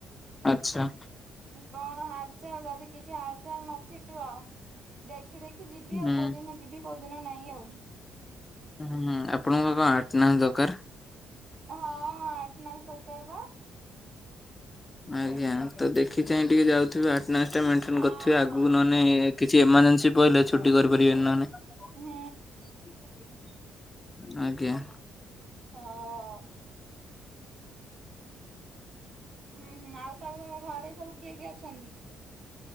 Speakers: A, on the left (about 25°); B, on the right (about 55°).
A: ଆଚ୍ଛା
B: କଣ ହାଲ୍ ଚାଲ୍ ଯଦି କିଛି ହାଲ୍ ଚାଲ୍ ନଥିବ ଦେଖି ଦେଖି ଯିବି
A: ହୁଁ।
B: ଆଉ କୋଉଦିନ ଯିବି କୋଉଦିନ ନାହିଁ ଆଉ
A: ହୁଁ ଆପଣଙ୍କ କଣ ଆଣ୍ଟେନାସ୍ ଦରକାର
B: ହଁ ଆଣ୍ଟେନାସ୍ ଦରକାର ପା
A: ଆଜ୍ଞା ତ ଦେଖି ଚାହିଁ ଟିକେ ଯାଉଥିବେ ଆଣ୍ଟନାସ୍ ମେଣ୍ଟନେ
B: ହଁ
A: କରିଥିବେ ଆଗକୁ
B: ହଁ।
A: ନହେଲେ କିଛି ଏମର୍ଜେନ୍ସି ପଇଲେ ଛୁଟି କରିପାରିବେନି ନହେଲେ
B: ହୁଁ
A: ଆଜ୍ଞା
B: ହଁ ହୁଁ ହୁଁ ଆଉ ତ ତମ ଘରେ ସବୁ କିଏ କିଏ ଅଛନ୍ତି